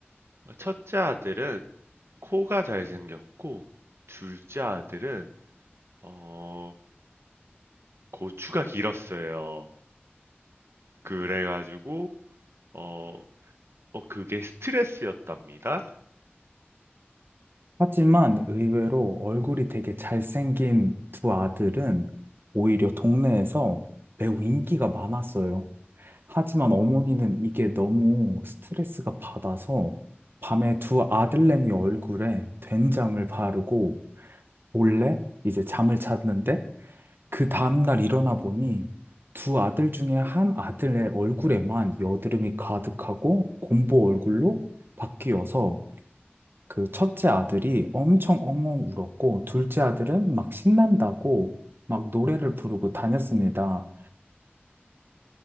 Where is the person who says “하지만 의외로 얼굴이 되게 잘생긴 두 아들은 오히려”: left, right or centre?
Right